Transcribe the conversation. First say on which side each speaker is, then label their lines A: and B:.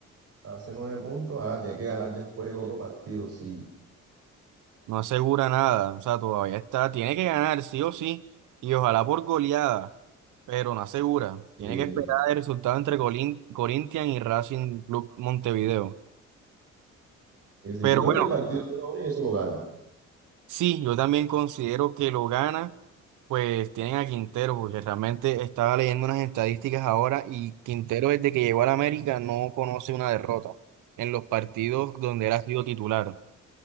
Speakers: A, on the right; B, on the right.
A: hace nueve puntos. Ah, tiene que ganar después el otro partido, sí.
B: No asegura nada, o sea, todavía está, tiene que ganar sí o sí, y ojalá por goleada, pero no asegura.
A: sí,
B: Tiene que esperar el resultado entre Colin- Corinthians y Racing Club Montevideo.
A: sí. sí.
B: Pero
A: Yo creo
B: bueno,
A: que el partido de hoy eso lo ganan.
B: sí, yo también considero que lo gana, pues tienen a Quintero, porque realmente estaba leyendo unas estadísticas ahora y Quintero desde que llegó a la América no conoce una derrota en los partidos donde él ha sido titular.